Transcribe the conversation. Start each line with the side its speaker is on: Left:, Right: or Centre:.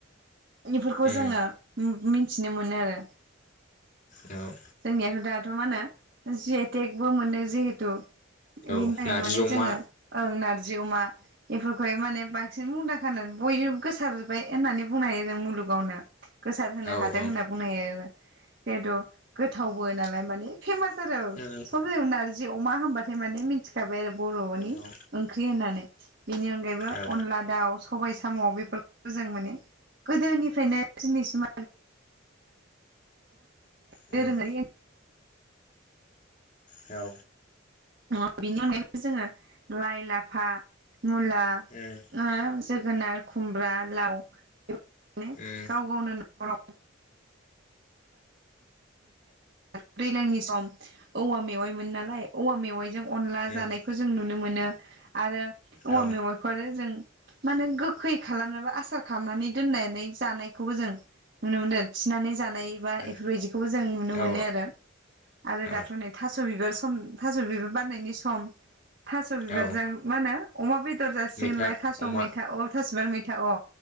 Right: इफोरखौ
Left: उम
Right: जोङो मिथि मिथिनो मोनो आरो
Left: औ
Right: जोंनिया दाथ' मा होनो जि एइटेकबो मोनदों जिहेथु बिनि
Left: औ
Right: थाखायनो
Left: नारजि
Right: माने
Left: अमा
Right: जोङो ओं नारजि अमा बेफोरखौहाय माने बांसिन मुंदांखानानै बयबो गोसार जोब्बाय होननानै बुंनो हायो जों मुलुगावनो गोसार होनो
Left: औ
Right: हादों
Left: औ
Right: होनना बुंनो हायो बेद' गोथावबो नालाय माने फेमास सोरो
Left: उम
Right: सब जायगायावनो नारजि जि अमा हबाथाय माने मिथिखाबाय आरो बर'नि
Left: औ
Right: ओंख्रि होननानै बेनि अनगायैबो
Left: औ
Right: अनला दाउ सबायाइ साम'आव बेफोरखौ जों माने गोदोनिफ्रायनो दिनैसिम
Left: उम
Right: दोरोंआरि
Left: औ
Right: अ बिनि अनगायैबो जोङो लाइ लाफा मुला
Left: उम
Right: ओ जोगोनार खुम ब्रा लाव माने
Left: उम
Right: गाव गावनो <unintelligible> दैज्लांनि सम औवा मेवाइमोनो नालाय औवा मेवाइजों अनला
Left: उम
Right: जानायखौ जों नुनो मोनो आरो औवा
Left: औ
Right: मेवाइखौ आरो जों मानो गोखै खालामनाबो आसार खालामनानै दोननानै जानायखौबो जों नुनो मोनो थिनानै जा नानै बा
Left: उम
Right: इफोरबायदिखौबो नुनो
Left: औ
Right: मोनो आरो
Left: औ
Right: दाथ' नै थास' बिबार सं म थास' बिबार बारनायनि सम थास' बिबारजों
Left: औ
Right: मा होनो अमा बे दर जासिगोनलाय
Left: मैथा
Right: थास'
Left: अमा
Right: मैथा अ थास'बार मै था अ।